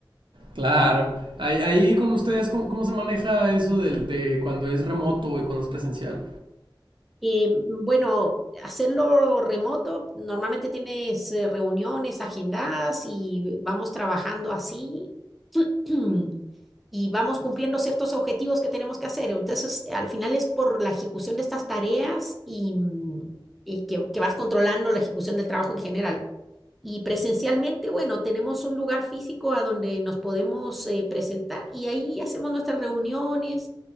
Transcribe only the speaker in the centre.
Eh, bueno, hacerlo remoto, normalmente tienes eh, reuniones agendadas y vamos trabajando así <clears throat> y vamos cumpliendo ciertos objetivos que tenemos que hacer. Entonces, al final es por la ejecución de estas tareas y, mm, y que, que vas controlando la ejecución del trabajo en general. Y presencialmente, bueno, tenemos un lugar físico a donde nos podemos eh, presentar y ahí hacemos nuestras reuniones